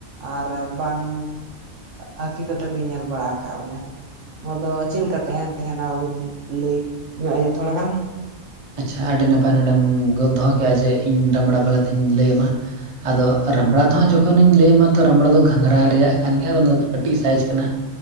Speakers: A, on the right; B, on the right.
A: ᱟᱨ ᱵᱟᱝ ᱦᱟᱹᱠᱤ ᱠᱟᱛᱮ ᱞᱤᱧ ᱧᱮᱞ ᱵᱟᱲᱟ ᱟᱠᱟᱜᱼᱟ ᱵᱚᱞᱮ ᱱᱚᱣᱟ ᱫᱚ ᱪᱮᱫ ᱞᱮᱠᱟ ᱛᱟᱦᱮᱱ ᱛᱟᱦᱮᱸ ᱱᱚᱣᱟᱵᱤᱱ ᱞᱟᱹᱭ ᱧᱚᱜᱼᱟᱹ ᱛᱷᱚᱲᱟ ᱜᱟᱱ
B: ᱟᱪᱪᱷᱟ ᱟᱹᱰᱤ ᱱᱟᱯᱟᱭ ᱱᱚᱸᱰᱮᱢ ᱫᱚᱦᱚ ᱠᱮᱜᱼᱟ ᱡᱮ ᱤᱧ ᱫᱟᱢᱲᱟ ᱵᱟᱞᱮ ᱛᱤᱧ ᱞᱟᱹᱭ ᱟᱢᱟ ᱟᱫᱚ ᱨᱟᱢᱲᱟ ᱫᱚ ᱦᱟᱸᱜ ᱡᱚᱠᱷᱚᱱᱤᱧ ᱞᱟᱹᱭ ᱟᱢᱟ ᱛᱚ ᱨᱟᱢᱲᱟ ᱫᱚ ᱜᱷᱟᱸᱜᱽᱨᱟ ᱨᱮᱭᱟᱜ ᱠᱟᱱ ᱜᱮᱭᱟ ᱟᱫᱚ ᱚᱱᱟ ᱫᱚ ᱠᱟᱹᱴᱤᱡ ᱥᱟᱭᱤᱡᱽ ᱠᱟᱱᱟ